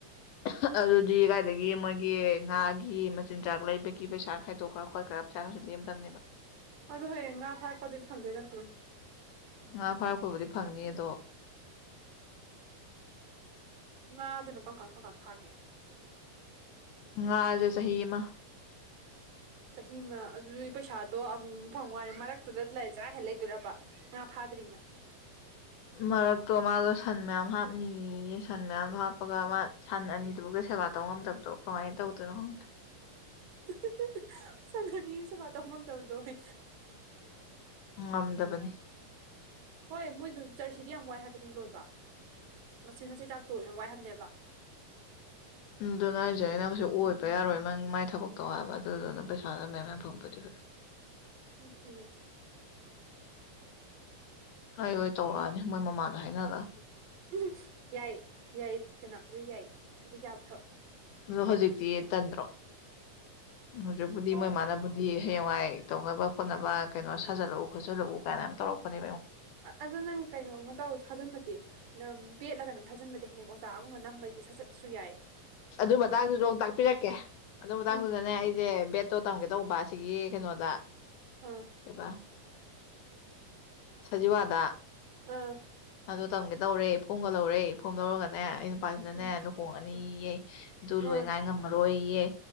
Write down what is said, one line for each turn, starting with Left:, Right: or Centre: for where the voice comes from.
Left: <unintelligible> ꯑꯗꯨꯗꯤ ꯀꯥꯏꯗꯒꯤ ꯃꯣꯏꯒꯤ ꯉꯥꯒꯤ ꯃꯆꯤꯟꯖꯥꯛ ꯂꯩꯕꯒꯤ ꯄꯩꯁꯥ ꯈꯥꯏꯗꯣꯛꯈ꯭ꯔ ꯈꯣꯠꯈ꯭ꯔ ꯄꯩꯁꯥ ꯀꯩꯁꯨ ꯂꯦꯝ ꯂꯦꯝꯗꯅꯦꯕ
Right: ꯑꯗꯣ ꯍꯌꯦꯡ ꯉꯥ ꯐꯥꯔꯛꯄꯗꯗꯤ ꯐꯪꯗꯣꯏ ꯅꯠꯇ꯭ꯔꯣ
Left: ꯉꯥ ꯐꯥꯔꯛꯄꯕꯨꯗꯤ ꯐꯪꯅꯤ ꯑꯗꯣ
Right: ꯉꯥ ꯑꯗꯨꯅ ꯀꯝꯀꯥꯟ ꯀꯝꯀꯥꯥꯟ ꯐꯥꯒꯦ
Left: ꯉꯥꯖꯦ ꯁꯍꯤ ꯑꯃꯥ
Right: ꯆꯍꯤ ꯑꯃ ꯑꯗꯨꯗꯤ ꯄꯩꯁꯥꯗꯣ ꯑꯃꯨ ꯃꯨꯛ ꯐꯪ ꯋꯥꯅꯤ ꯃꯔꯛꯇꯨꯗ ꯂꯩ ꯆꯔꯥ ꯍꯦꯜ ꯂꯩꯗꯣꯏꯔꯕ ꯉꯥ ꯐꯥꯗ꯭ꯔꯤꯅ
Left: ꯃꯔꯛꯇꯣ ꯃꯥꯗꯣ ꯁꯟ ꯃꯌꯥꯝ ꯍꯥꯞꯅꯤꯌꯦ ꯁꯟ ꯃꯌꯥꯝ ꯍꯥꯞꯄꯒ ꯃꯥ ꯁꯟ ꯑꯅꯤꯗꯨꯕꯨꯗ ꯁꯦꯕꯥ ꯇꯧ ꯉꯝꯗꯕꯗꯣ ꯀꯃꯥꯏꯅ ꯇꯧꯗꯣꯏꯅꯣ ꯈꯪꯗꯦ
Right: ꯍꯤꯍꯤ ꯍꯤ ꯁꯟ ꯑꯅꯒꯤ ꯁꯦꯕꯥ ꯇꯧ ꯉꯝꯗꯕꯗꯣ ꯍꯦ
Left: ꯉꯝꯗꯕꯅꯤ
Right: ꯍꯣꯏ ꯃꯣꯏꯗꯣ ꯖꯔꯁꯤꯗꯤ ꯌꯥꯝ ꯋꯥꯏ ꯍꯥꯏ ꯂꯣꯏꯕ ꯃꯆꯤꯠ ꯃꯆꯤꯠ ꯆꯥꯛꯇꯣ ꯌꯥꯝ ꯋꯥꯏ ꯍꯥꯏꯕꯅꯦꯕ
Left: ꯎꯝ ꯑꯗꯨꯅꯦ ꯍꯥꯏꯖꯦ ꯑꯩꯅ ꯀꯩꯁꯨ ꯑꯣꯏꯕ ꯌꯥꯔꯣꯏ ꯅꯪ ꯃꯥꯏ ꯊꯕꯛꯇꯣ ꯍꯥꯏꯕ ꯑꯗꯨꯗꯨꯅ ꯄꯩꯁꯥꯗꯣ ꯃꯌꯥꯝ <unintelligible>
Right: ꯑꯗꯨꯅꯦ
Left: ꯑꯩ ꯑꯣꯏ ꯇꯧꯔꯛꯑꯅꯤ ꯃꯣꯏ ꯃꯃꯥꯗ ꯍꯥꯏꯅꯍꯜꯂꯒ
Right: ꯎꯝ ꯌꯥꯏꯌꯦ ꯌꯥꯏꯌꯦ ꯆꯅꯥ ꯑꯗꯨ ꯌꯥꯏꯌꯦ ꯑꯗꯨ ꯌꯥꯕ ꯊꯕꯛ
Left: ꯑꯗꯣ ꯍꯧꯖꯤꯛꯇꯤ ꯇꯟꯗ꯭ꯔꯣ ꯍꯧꯖꯤꯛꯄꯨꯗꯤ
Right: ꯍꯣꯏ
Left: ꯃꯣꯏꯃꯅꯕꯨꯗꯤ ꯍꯌꯦꯡꯋꯥꯏ ꯇꯧꯅꯕ ꯈꯣꯠꯅꯕ ꯀꯩꯅꯣ ꯁꯥꯖꯜꯂꯛꯎ ꯈꯣꯆꯜꯂꯛꯎ ꯀꯥꯏꯅ ꯌꯝ ꯇꯧꯔꯛꯄꯅꯦ
Right: ꯑꯗꯣ ꯅꯪ ꯀꯩꯅꯣꯝꯃ ꯇꯧ ꯊꯥꯖꯟꯕꯗꯤ ꯅꯪ ꯕꯦꯠꯂꯥꯀꯩꯅꯣꯝ ꯊꯥꯖꯤꯟꯕꯗꯤ ꯍꯦꯛ ꯑꯣꯖꯒꯨꯝꯕ ꯅꯝꯕꯩꯗꯤ ꯁꯠꯆꯠꯁꯨ ꯌꯥꯏ
Left: ꯑꯗꯨ ꯃꯇꯥꯡꯗꯨꯗ ꯑꯃꯨꯛ ꯇꯥꯛꯄꯤꯔꯛꯀꯦ ꯑꯗꯨ ꯃꯇꯥꯡꯗꯨꯗꯅꯦ
Right: ꯎꯝ
Left: ꯑꯩꯖꯦ ꯕꯦꯠꯇꯣ ꯇꯝꯒꯦ ꯇꯧꯕ ꯑꯁꯤꯒꯤ ꯀꯩꯅꯣꯗ
Right: ꯑꯥ
Left: ꯀꯩꯕ ꯁꯖꯤꯋꯥꯗ
Right: ꯑꯥ
Left: ꯑꯗꯣ ꯇꯝꯒꯦ ꯇꯧꯔꯦ ꯐꯣꯝꯒ ꯂꯧꯔꯦ ꯐꯣꯝ ꯂꯧꯔꯒꯅꯦ ꯑꯩꯅ ꯄꯥꯖꯤꯅꯅꯦ
Right: ꯎꯝ
Left: ꯂꯨꯍꯣꯡꯉꯅꯤꯌꯦ
Right: ꯎꯝ
Left: ꯑꯗꯨ ꯂꯣꯏ
Right: ꯑꯥ
Left: ꯉꯥꯏ ꯉꯝꯃꯔꯣꯏꯌꯦ